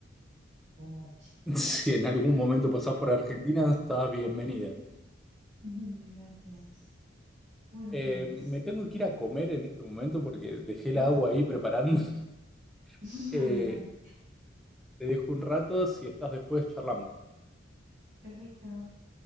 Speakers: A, on the right (about 40°); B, in the centre.
A: algún mochi.
B: <laughs> Si en algún momento pasás por Argentina, estás bienvenida.
A: Ujú, Gracias. Bueno,
B: Eh,
A: pues,
B: me tengo que ir a comer en este momento porque dejé el
A: vale.
B: agua ahí preparando. <laughs>
A: <laughs>
B: Eh,
A: Vale, vale.
B: te dejo un rato, si estás después, charlamos.
A: Perfecto.